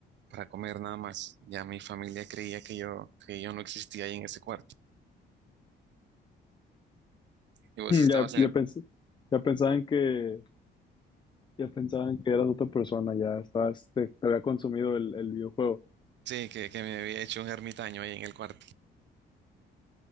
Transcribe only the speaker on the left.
Mm,
Ya,
ya pensé. Ya pensaban que, ya pensaban que eras otra persona, ya estabas, te, te había consumido el, el videojuego.